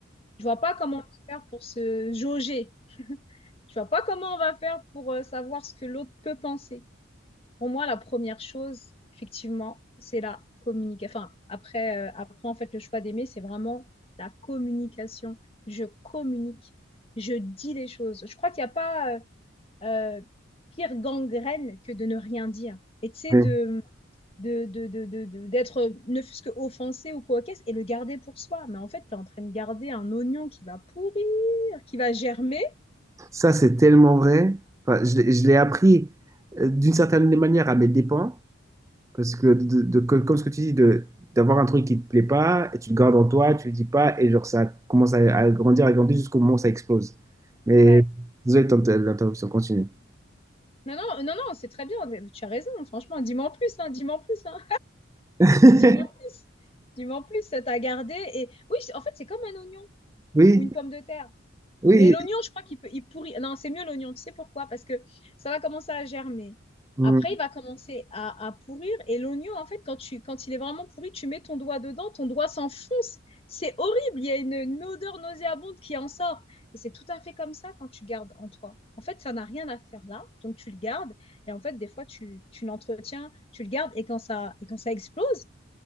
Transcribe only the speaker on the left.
Je ne vois pas comment on va faire pour se jauger. Je ne vois pas comment on va faire pour euh, savoir ce que l'autre peut penser. Pour moi, la première chose, effectivement, c'est la communication. Enfin, après, euh, après, en fait, le choix d'aimer, c'est vraiment la communication. Je communique, je dis les choses. Je crois qu'il n'y a pas euh, euh, pire gangrène que de ne rien dire. Et tu sais,
de, de, de, de, de- de- d'être euh, ne fût-ce que offensé ou quoi qu'est-ce et le garder pour soi. Mais en fait, tu es en train de garder un oignon qui va pourrir, qui va germer.
Ouais.
Non, non, non, non, c'est très bien. Tu as raison, franchement. Dis-moi en plus, hein, dis-moi en plus, hein.
Dis-moi en plus. Dis-moi en plus, ça t'a gardé. Et oui, c'est- en fait, c'est comme un oignon
ou une pomme de terre.
Mais l'oignon, je crois qu'il peut, il pourrit. Non, c'est mieux l'oignon. Tu sais pourquoi? Parce que ça va commencer à germer.
Après, il va commencer à, à pourrir. Et l'oignon, en fait, quand tu, quand il est vraiment pourri, tu mets ton doigt dedans, ton doigt s'enfonce. C'est horrible. Il y a une, une odeur nauséabonde qui en sort. Et c'est tout à fait comme ça quand tu gardes en toi. En fait, ça n'a rien à faire là. Donc, tu le gardes. Et en fait, des fois, tu, tu l'entretiens, tu le gardes. Et quand ça, et quand ça explose,